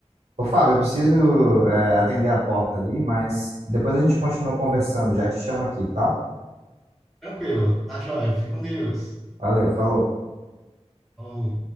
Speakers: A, on the right; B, in the centre.
A: ô Fábio, eu preciso é, atender a porta ali, mas depois a gente continua conversando, já te chamo aqui, tá?
B: Tranquilo, tá joia, fica com Deus.
A: Valeu, falou.
B: Falou,